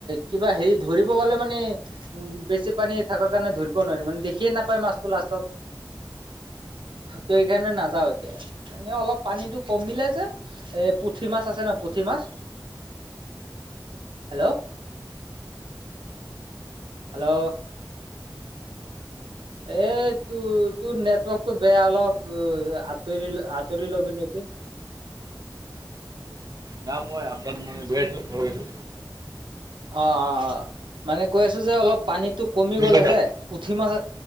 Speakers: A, on the right; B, on the right.
A: কিবা হেৰি ধৰিব গ'লে মানে উ বেছি পানী থাকাৰ কাৰণে ধৰিব নোৱাৰি মানে দেখিয়ে নাপায় মাছটো লাষ্টত। ত এইকাৰণে নাযাওঁ এতিয়া? এনে অলপ পানীটো কমিলে যে এ পুঠি মাছ আছে ন পুঠি পুঠি মাছ হেল্ল হেল্ল এ তোৰ তোৰ নেটৱৰ্কটো বেয়া। অলপ আতৰি আতৰি লবি নেকি।
B: না মই <unintelligible> মানে গৈ আছো ঘৰ গৈ আছো।
A: অ-অ-অ মানে কৈ আছো যে অলপ পানীটো কমি
B: তুমি
A: গ'লে
B: কৈছা
A: যে পুঠি মাছ,